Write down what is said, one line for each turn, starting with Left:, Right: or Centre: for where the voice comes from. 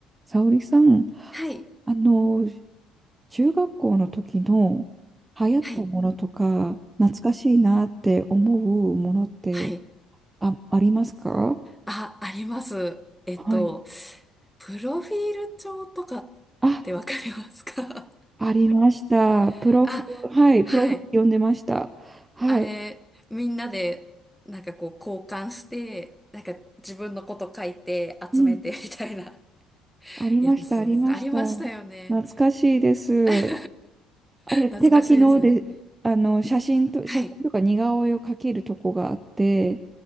Right: 沙織さん、
Centre: はい、
Right: あの、中学校の時の流行ったものとか、
Centre: はい、
Right: 懐かしいなって思うものって、
Centre: はい。
Right: あ、ありますか
Centre: あ、あります。えっと、
Right: はい。
Centre: プロフィール帳とかってわかりますか
Right: あ、ありました。
Centre: <laughs>
Right: プロフ、
Centre: あ、
Right: はい、
Centre: はい。
Right: プロフ読んでました。はい。
Centre: あれ、みんなで、なんかこう交換して、なんか自分のこと書いて集めてみたいな
Right: うん。
Centre: <laughs>
Right: ありました、
Centre: やつ、
Right: ありました。
Centre: ありましたよね。
Right: 懐かしいです。
Centre: <laughs>
Right: あれ、
Centre: 懐かしいですよね。
Right: 手書きので、あの、写真と、
Centre: はい、
Right: 写真とか似顔絵を描けるとこがあって、